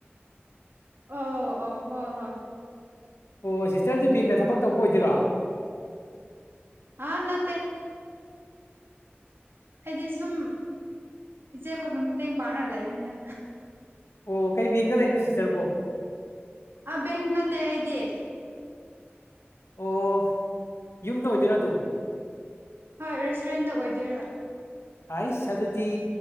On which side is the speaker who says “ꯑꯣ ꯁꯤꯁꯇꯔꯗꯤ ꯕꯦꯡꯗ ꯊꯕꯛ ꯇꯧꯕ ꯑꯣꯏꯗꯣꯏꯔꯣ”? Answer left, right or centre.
Left